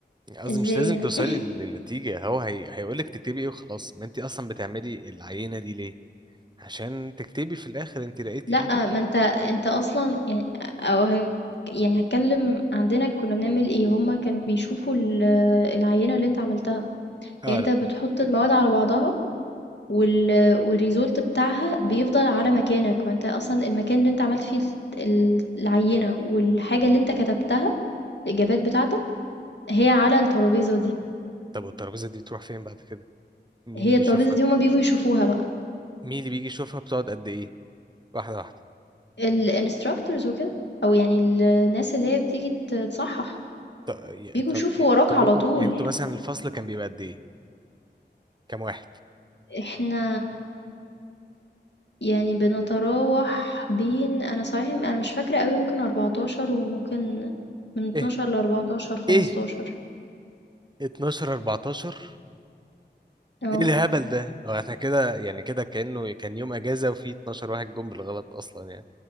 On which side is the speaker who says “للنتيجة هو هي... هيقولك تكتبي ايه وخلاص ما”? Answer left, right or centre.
Right